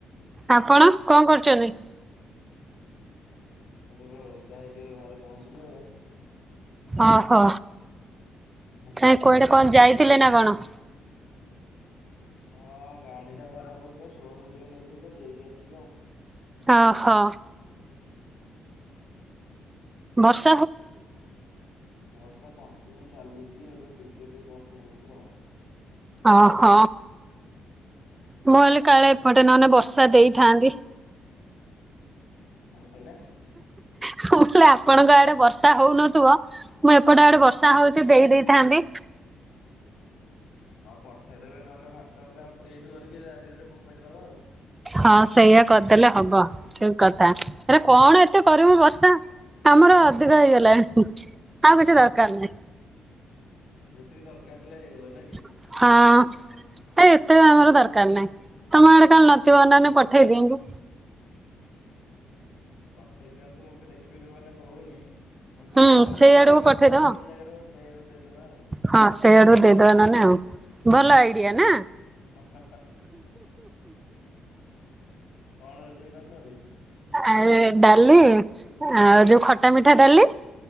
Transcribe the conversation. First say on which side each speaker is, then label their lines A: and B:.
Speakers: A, on the right; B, on the left.
A: ଆପଣ କଣ କରୁଚନ୍ତି?
B: ସବୁବେଳେ ଓଦା ହେଇକି ଏବେ ଘରେ ପହଞ୍ଚିଲୁ।
A: ଅହୋ
B: ବର୍ଷା
A: କାଇଁ କହିଲେ
B: ଚାଲିଛି
A: କଣ ଯାଇଥିଲେନା
B: ଆଉ।
A: କଣ?
B: ହଁ ଗାଡିଟା ଖରାପ ଅଛିତ ସୋରୁମ ଟିକେ ନେଇଥିଲିତ ଦେଇକି ଆସିଲି ଆଉ।
A: ହ ହୋ
B: <inaudible>
A: ବର୍ସ
B: ବର୍ଷା କଣ୍ଟିନ୍ୟୁ ଚାଲିଛି ଏବେ ଟିକିଏ ଟିକିଏ ଜଷ୍ଟ ହଉଛି ଆଉ।
A: ଅହ। ମୁଁ ଭାବିଲି କାଳେ ଏପଟେ ନହେନେ ବର୍ଷା ଦେଇଥାନ୍ତି।
B: କଣ କହିଲେ?
A: ମୁଁ କହିଲି ଆପଣଙ୍କ ଆଡେ ବର୍ଷା ହଉନଥିବ ମୁଁ ଏପଟେ ଆଡେ ବର୍ଷା ହଉଛି ଦେଇ ଦେଇେଇଥାନ୍ତି।
B: ହଁ ପଠେଇଦେବେ ନହେଲେ ହ୍ୱଟସପରେ ଆମେ ପ୍ରିଣ୍ଟି କରିକି <unintelligible> ଦବା ଆଉ।
A: ହଁ ସେଇଆ କରିଦେଲେ ହବ ଠିକ। କଥା ହେରା କଣ ଏତେ କରିବୁ ବର୍ଷା ଆମର ଅଧିକ
B: ହଁ
A: ହେଇଗଲାଣି? ଆଉ କିଛି ଦରକାର ନାହିଁ।
B: ଯେତିକି ଦରକାର ଥିଲା ହେଇଗଲା ନାକି।
A: ହଁ। ହେଇ ଏତେ ଆମର ଦରକାର ନାହିଁ ତମ ଆଡେ କାଳେ ନଥିବ ନହେନ ପଠେଇ ଦିଅନ୍ତୁ।
B: ପଠେଇ ଦିଅନ୍ତୁ ମୁଁବି ଦେଖିବି ଯୋଉମାନେ ହଉନି ଏମିତି
A: ହୁଁ
B: ହଉଛିନା
A: ସେଇ
B: ଗୋଟେ ଗୋଟେ
A: ଆଡକୁ
B: ଜାଗାରେ
A: ପଠେଇଦବ।
B: ହଉଛି ଗୋଟେ ଜାଗାରେ ହର୍ସ ସେଇଆଡକୁ ଦେଇଦବା ଆଉ।
A: ହଁ ସେଇଆକୁ ଦେଇଦବା ନହେନେ ଆଉ ଭଲ ଆଇଡିଆ ନାଁ।
B: ଉୁଁ ହାଁ ହାଁ କଣ ରୋଷେଇ କରିଛନ୍ତି।
A: ଆଏ ଡାଲି ଆଉ ଯୋଉ ଖଟା ମିଠା ଡାଲି।